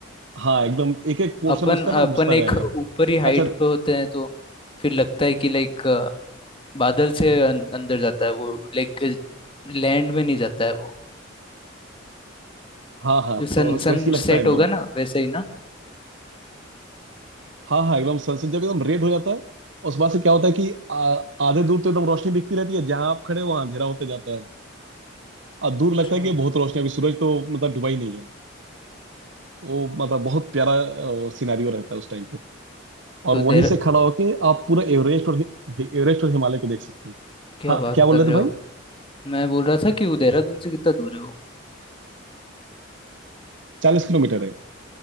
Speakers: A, on the right; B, on the left.
A: हाँ एकदम एक एक पोर्शन
B: अपन
A: उसका ना
B: अपन
A: घुसता
B: एक
A: जाएगा
B: ऊपरी
A: अच्छा
B: हाइट पे होते हैं तो फिर लगता है कि लाइक बादल से अं- अंदर जाता है वो लाइक लैंड में नहीं जाता है वो
A: हाँ हाँ
B: सन
A: <laughs> तो
B: सन
A: वैसे ही लगता
B: सेट
A: है एकदम
B: होगा ना वैसे ही ना
A: हाँ हाँ एकदम सनसेट जब एकदम रेड हो जाता है उस बात से क्या होता है कि आ, आधे दूर तो एकदम रोशनी दिखती रहती है जहां आप खड़े हो वहां अंधेरा होते जाता है और दूर
B: अच्छा
A: लगता है कि बहुत रोशनी है, अभी सूरज तो मतलब डूबा ही नहीं है वो मतलब बहुत प्यारा सिनेरियो रहता है उस टाइम पे
B: तो
A: और वहीं
B: देर
A: से खड़ा होके आप पूरा एवरेस्ट और हि- हि- एवरेस्ट और हिमालय को देख सकते हो
B: क्या
A: हाँ
B: बात
A: क्या बोल
B: कर रहे
A: रहे थे भाई
B: हो मैं बोल रहा था कि वो देहरादून से कितना दूर है वो
A: चालीस किलोमीटर है